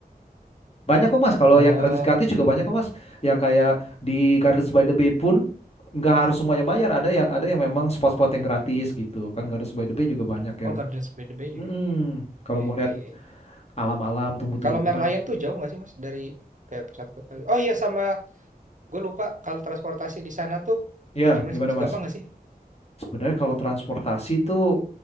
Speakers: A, on the left; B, on the right.
A: Banyak kok Mas, kalau
B: Oh,
A: yang gratis-gratis juga banyak kok Mas. Yang kayak di Gardens by the Bay pun nggak harus semuanya bayar. Ada yang ada yang memang spot-spot yang gratis gitu. Kan Gardens by the Bay juga banyak yang
B: oh Gardens by the Bay juga.
A: Mm-mm.
B: ya?
A: Kalau
B: Iya,
A: mau
B: iya,
A: lihat
B: iya.
A: alam-alam, tumbuh-tumbuhan.
B: Kalau Merlion tuh jauh nggak sih Mas dari kayak pusat kota? Oh iya sama gue lupa kalau transportasi di sana tuh
A: Ya,
B: kayak gimana
A: gimana
B: sih Mas?
A: Mas?
B: Gampang nggak sih?
A: Sebenarnya kalau transportasi itu